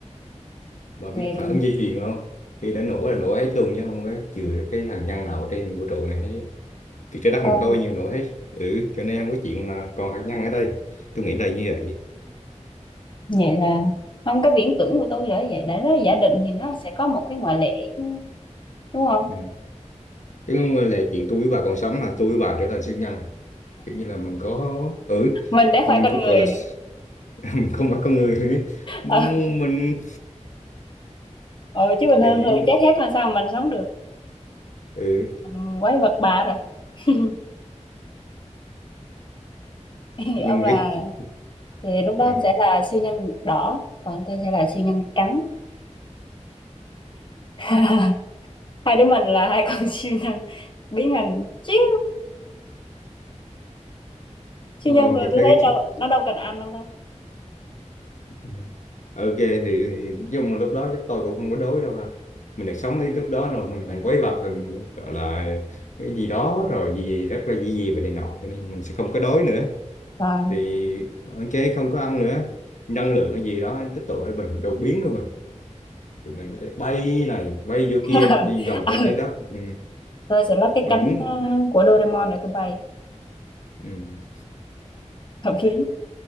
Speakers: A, on the left; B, on the left.
A: bà
B: vậy
A: biết phản ứng dây chuyền không khi đã nổ là nổ hết luôn chứ không có chừa cái hạt nhân nào trên vũ trụ này hết chứ. thì trái đất
B: ừ.
A: mình có bao nhiêu nổ hết ừ cho nên không có chuyện là còn hạt nhân ở đây tôi nghĩ là như vậy
B: vậy là không cái viễn tưởng của tôi là vậy để nó giả định thì nó sẽ có một cái ngoại lệ chứ đúng không
A: ừ. chứ không là chuyện tôi với bà còn sống là tôi với bà trở thành siêu nhân kiểu như là mình có ừ
B: mình đã
A: mình
B: phải con
A: có
B: người
A: gọi là
B: nữa
A: <laughs> mình không phải con người nữa mình
B: ừ, ừ chứ bình thường
A: thì giống
B: người
A: như
B: chết hết mà sao mình sống được
A: ừ
B: Mình quái vật bà rồi <laughs> thì
A: nhưng
B: ông
A: mà
B: là
A: cái chị
B: thì lúc đó
A: ừ.
B: ông sẽ là siêu nhân đỏ còn tôi sẽ là siêu nhân trắng <laughs> hai đứa mình là hai con siêu nhân biến hình chiếu siêu
A: Ồ,
B: nhân rồi
A: tôi
B: tôi
A: thấy
B: thấy
A: cái
B: đâu
A: chiếc
B: nó đâu cần ăn đâu ta
A: ừ. ok thì, thì nói chung là lúc đó chắc tôi cũng không có đối đâu ha mình đang sống đến lúc đó rồi mình đang quấy vật mình gọi là cái gì đó rồi gì gì rất là gì gì và này nọ cho nên mình sẽ không có đói nữa
B: rồi
A: thì ok không có ăn nữa năng lượng cái gì đó tích tụ hay mình đột biến luôn rồi thì mình có thể bay này bay vô
B: <laughs>
A: kia đi vòng
B: à,
A: quanh trái đất ừ.
B: tôi sẽ lắp cái
A: mình
B: cánh
A: muốn
B: ờ, của Doraemon để tôi bay
A: ừ.
B: hợp lý